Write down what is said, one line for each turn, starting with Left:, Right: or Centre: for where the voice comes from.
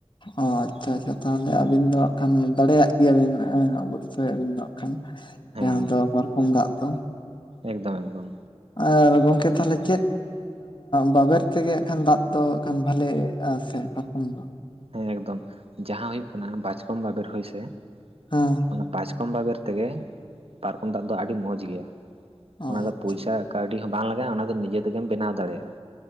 Left: ᱚ ᱟᱪᱪᱷᱟ ᱟᱪᱪᱷᱟ ᱛᱟᱦᱚᱞᱮ ᱟᱹᱵᱤᱱ ᱫᱚ ᱦᱟᱜ ᱠᱷᱟᱱ ᱫᱟᱲᱮᱭᱟᱜ ᱜᱮᱭᱟ ᱵᱤᱱ ᱚᱵᱚᱥᱳᱭ ᱟᱵᱤᱱ ᱫᱚ ᱠᱷᱟᱱ
Right: ᱦᱮᱸ
Left: ᱡᱟᱦᱟᱸ ᱫᱚ ᱯᱟᱨᱠᱚᱢ ᱫᱟᱜ ᱫᱚ
Right: ᱮᱠᱫᱚᱢ ᱮᱠᱫᱚᱢ
Left: ᱟᱨ ᱜᱚᱝᱠᱮ ᱛᱟᱦᱚᱞᱮ ᱪᱮᱫ ᱵᱟᱵᱮᱨ ᱛᱮᱜᱮ ᱦᱟᱜ ᱠᱷᱟᱱ ᱫᱟᱜ ᱫᱚ ᱵᱷᱟᱞᱮ ᱟ ᱥᱮ ᱯᱟᱨᱠᱚᱢ ᱫᱚ
Right: ᱦᱮᱸ ᱮᱠᱫᱚᱢ ᱡᱟᱦᱟᱸ ᱦᱩᱭᱩᱜ ᱠᱟᱱᱟ ᱵᱟᱪᱠᱚᱢ ᱵᱟᱵᱮᱨ ᱦᱚᱭ ᱥᱮ
Left: ᱦᱩᱸ
Right: ᱚᱱᱟ ᱵᱟᱪᱠᱚᱢ ᱵᱟᱵᱮᱨ ᱛᱮᱜᱮ ᱯᱟᱨᱠᱚᱢ ᱫᱟᱜ ᱫᱚ ᱟᱹᱰᱤ ᱢᱚᱡᱽ ᱜᱮᱭᱟ
Left: ᱚ
Right: ᱚᱱᱟ ᱫᱚ
Left: ᱟᱪᱪᱷᱟ
Right: ᱯᱩᱭᱥᱟ ᱠᱟᱹᱣᱰᱤ ᱦᱚᱸ ᱵᱟᱝ ᱞᱟᱜᱟᱜᱼᱟ ᱚᱱᱟ ᱫᱚ ᱱᱤᱡᱮ ᱛᱮᱜᱮᱢ ᱵᱮᱱᱟᱣ ᱫᱟᱲᱮᱭᱟᱜᱼᱟ